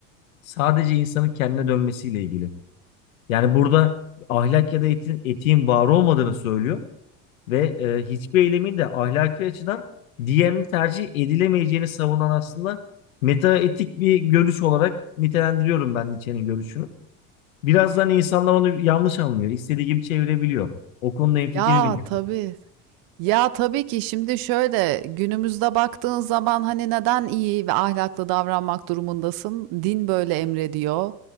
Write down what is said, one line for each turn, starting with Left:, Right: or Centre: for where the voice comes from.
Left: sadece insanın kendine dönmesiyle ilgili. Yani burada ahlak ya da etin, etiğin var olmadığını söylüyor ve e, hiçbir eylemin de ahlaki açıdan diğerinin tercih edilemeyeceğini savunan aslında metaetik bir görüş olarak nitelendiriyorum ben Nietzsche'nin görüşünü. Birazdan insanlar onu yanlış anlıyor. istediği gibi çevirebiliyor. O konuda hemfikirim
Right: Ya
Left: yine
Right: tabii. Ya tabii ki şimdi şöyle günümüzde baktığın zaman hani neden iyi ve ahlaklı davranmak durumundasın? Din böyle emrediyor.